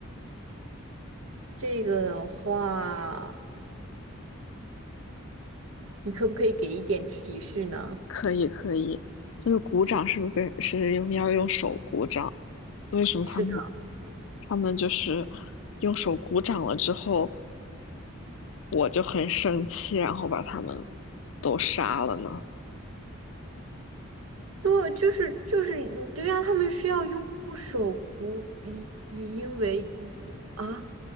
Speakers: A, on the right; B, on the left.
A: 这个的话，你可不可以给一点提示呢？
B: 可以可以，就是鼓掌是不是跟是用要用手鼓掌？为什么他们
A: 是的，
B: 他们就是用手鼓掌了之后？我就很生气，然后把他们都杀了呢？
A: 对，就是就是，嗯对呀、他们是要用手鼓，因因为一啊